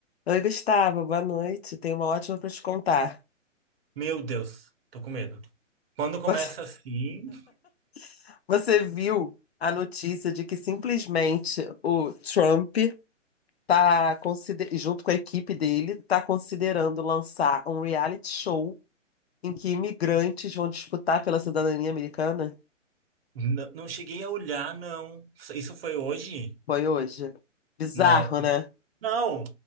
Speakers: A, on the left; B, on the right.
A: Oi, Gustavo, boa noite. Tenho uma ótima para te contar.
B: Meu Deus, tô com medo. Quando começa
A: Você
B: assim,
A: <laughs> você viu a notícia de que simplesmente o Trump tá consider... junto com a equipe dele, tá considerando lançar um reality show em que imigrantes vão disputar pela cidadania americana?
B: n- não cheguei a olhar, não. Isso foi hoje?
A: Foi hoje. Bizarro,
B: Não.
A: né?
B: Não!